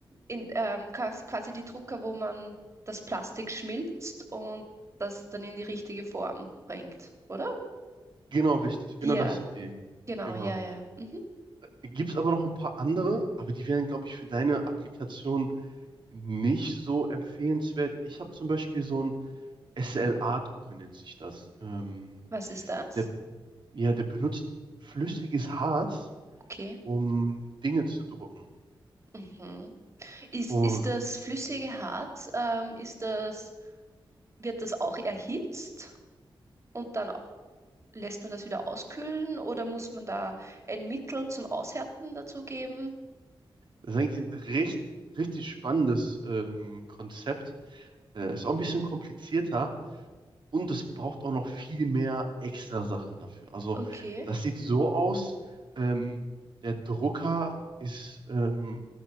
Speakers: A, on the right; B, on the right.
A: in, ähm, quas- quasi die Drucker, wo man das Plastik schmilzt und das dann in die richtige Form bringt, oder?
B: Genau, richtig. Genau,
A: Ja,
B: das sind die.
A: genau,
B: Genau.
A: ja, ja. Mhm.
B: Gibt es aber noch ein paar andere, aber die wären, glaube ich, für deine Applikation nicht so empfehlenswert. Ich habe zum Beispiel so einen SLA-Drucker, nennt sich das. Ähm,
A: Was ist das?
B: der, ja, der benutzt flüssiges Harz,
A: Okay.
B: um Dinge zu drucken.
A: Mhm. Ist,
B: Und
A: ist das flüssige Harz? Ähm, ist das wird das auch erhitzt und dann lässt man das wieder auskühlen oder muss man da ein Mittel zum Aushärten dazugeben?
B: das ist eigentlich ein recht, richtig spannendes ähm, Konzept. Äh, ist auch ein bisschen komplizierter, Und es braucht auch noch viel mehr extra Sachen dafür. Also
A: Okay.
B: das sieht so aus, ähm, der Drucker ist ähm,